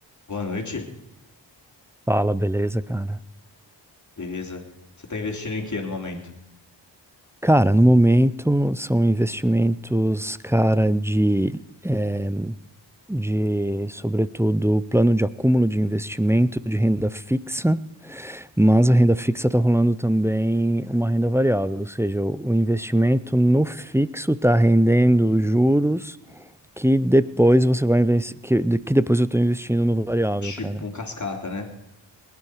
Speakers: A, on the left; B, in the centre.
A: Boa noite,
B: Fala, beleza, cara?
A: beleza? Você tá investindo em quê no momento?
B: Cara, no momento são investimentos, cara, de, eh, de, sobretudo, plano de acúmulo de investimento de renda fixa, mas a renda fixa está rolando também uma renda variável, ou seja, o o investimento no fixo está rendendo juros que depois você vai investir, que, que depois eu estou investindo no variável,
A: Tipo,
B: cara.
A: um cascata, né?